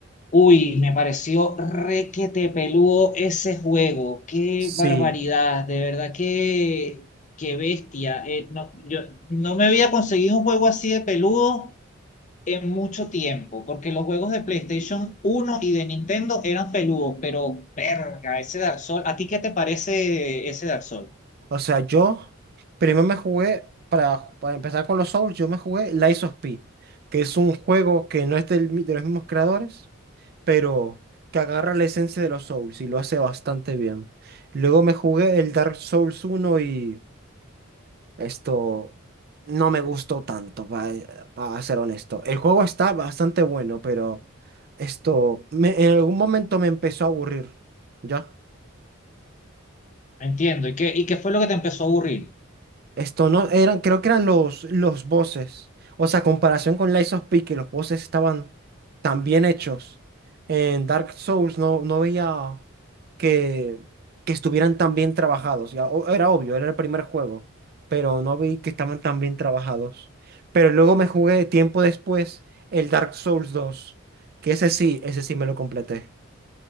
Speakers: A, on the left; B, on the right.
A: Uy, me pareció requete peludo ese juego. Qué
B: Sí.
A: barbaridad, de verdad, qué, qué bestia. Eh, no, yo no me había conseguido un juego así de peludo en mucho tiempo, porque los juegos de PlayStation uno y de Nintendo eran peludos, pero verga, ese Dark Souls, ¿a ti qué te parece ese Dark Souls?
B: O sea, yo primero me jugué, para, para empezar con los Souls, yo me jugué Lies of P, que es un juego que no es del mi- de los mismos creadores, pero que agarra la esencia de los Souls y lo hace bastante bien. Luego me jugué el Dark Souls uno y esto no me gustó tanto, para, ser honesto. El juego está bastante bueno, pero esto me- en algún momento me empezó a aburrir. ¿Ya?
A: Entiendo, ¿y qué, y qué fue lo que te empezó a aburrir?
B: Esto no eran, creo que eran los, los voces O sea, comparación con Lies of P, que los voces estaban tan bien hechos. En Dark Souls no, no veía que, que estuvieran tan bien trabajados. Ya, o- era obvio, era el primer juego, pero no vi que estaban tan bien trabajados. Pero luego me jugué tiempo después el Dark Souls dos que ese sí, ese sí me lo completé.